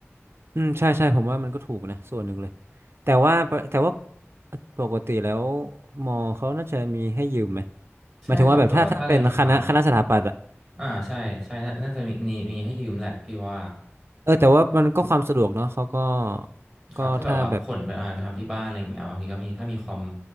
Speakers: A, on the right; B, in the centre.
A: อืมใช่ใช่ผมว่ามันก็ถูกนะส่วนหนึ่งเลยแต่ว่าปะแต่ว่าปกติแล้วมอเขาน่าจะมีให้ยืมไหม
B: ใช่ครับแต่ว่าถ้าในคลาส
A: หมายถึงว่าแบบถ้าถ้าเป็นคณะคณะสถาปัตย์อะ
B: อ่าใช่ใช่น่าน่าจะมีมีมีให้ยืมแหละพี่ว่า
A: เออแต่ว่ามันก็ความสะดวกเนาะเขาก็
B: ครับถ้าแบบว่าขนไปอ่านไปทำที่บ้านอะไรอย่างเงี้ยบางทีก็มีถ้ามีคอม
A: ก็ถ้าแบบ